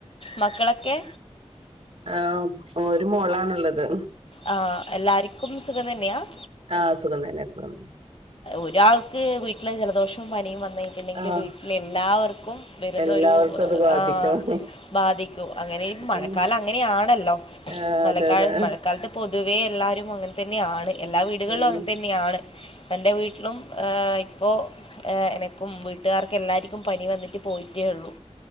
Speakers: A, on the left (about 55°); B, on the right (about 60°).
A: മക്കളൊക്കെ
B: ആ ഒരു മോളാണുള്ളത്
A: ആ എല്ലാവർക്കും സുഖം തന്നെയാണ്
B: ആഹ് സുഖം തന്നെ സുഖം
A: ഒരാൾക്ക് വീട്ടിലെ ജലദോഷവും പനിയും വന്നിട്ടുണ്ടെങ്കിൽ
B: ആഹ്
A: വീട്ടില എല്ലാവർക്കും വരുന്നൊരു
B: എല്ലാവർക്കും അത് ബാധിക്കും
A: ആ ബാധിക്കൂ അങ്ങനെ മഴക്കാലം
B: ഉം
A: അങ്ങനെയാണല്ലോ
B: ആഹ്
A: മഴക്കാാലം
B: അതെ അതെ
A: മഴ പൊതുവെ എല്ലാവാരും അങ്ങനെ തന്നെയാണ് എല്ലാ വീടുകളിലും
B: ഉം
A: അങ്ങനെ തന്നെയാണ് അൾ എൻ്റെ വീട്ടിലും ഇപ്പോൾ എനക്കും വീട്ടുകാർക്ക എല്ലാവർക്കും പനി വന്നിട്ട് പോയിട്ടേ ഉള്ളൂ